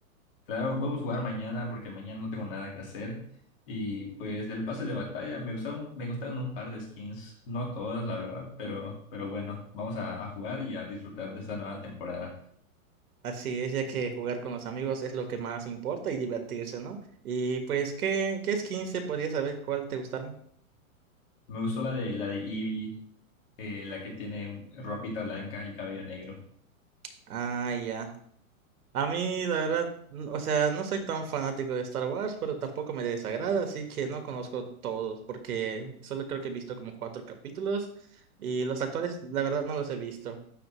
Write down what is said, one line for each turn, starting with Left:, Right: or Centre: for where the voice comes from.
Left: Claro, podemos jugar mañana porque mañana no tengo nada que hacer y pues del pase de batalla me gustaron, me gustaron un par de skins, no todas la verdad, pero, pero bueno, vamos a, a jugar y a disfrutar de esta nueva temporada.
Right: Así es, ya que jugar con los amigos es lo que más importa y divertirse, ¿no? Y pues, ¿qué, qué skins se podría saber cuál te gustaron?
Left: Me gustó la de, la de Eevee, eh, la que tiene un- ropita blanca y cabello negro.
Right: Ah, ya. A mí, la verdad, n- o sea, no soy tan fanático de Star Wars, pero tampoco me desagrada, así que no conozco todos, porque solo creo que he visto como cuatro capítulos y los actores, la verdad, no los he visto